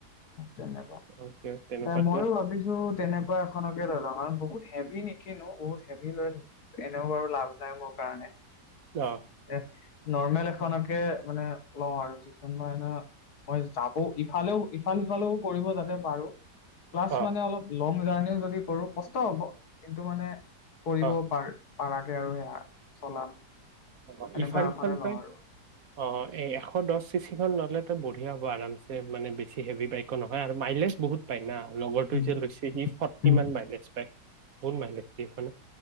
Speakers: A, on the left; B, on the right.
A: তেনেকুৱা
B: অ কিবা তেনেকুৱা
A: এ ময়ো
B: তোৰ
A: ভাবিছো তেনেকুৱা এখনকে লৈ লও কাৰণ বহুত হেভি নেকি কিনো ত হেভি লৈ এনে বাৰো লাভ নাই মোৰ কাৰণে
B: আহ
A: এ নৰ্মেল এখনকে মানে লওঁ আৰু যিখন বা এনা মই যাব ইফালেও ইফাল সিফালেও কৰিব যাতে পাৰো ক্লাছ
B: অ
A: মানে অলপ লং জাৰ্ণিও যদি কৰো কষ্ট হ'ব কিন্তু মানে কৰিব
B: অ
A: পাৰ পাৰাকে আৰু সেয়া চলাম
B: অ'
A: এনেকুৱা
B: ইফাল
A: এখনে
B: সিফাল
A: লওঁ
B: কৈ
A: আৰু
B: অ' এ এশ দহ চিচিখন ল'লেতো বঢ়িয়া হ'ব। আৰামছে মানে বেছি হেভি বাইকও নহয়, আৰু মাইলেজ বহুত পায় না। লগৰটো
A: উম
B: যে লৈছে সি ফৰ্টি
A: উম।
B: মান মাইলেজ পাই। কোন মাইলেজ এই খানে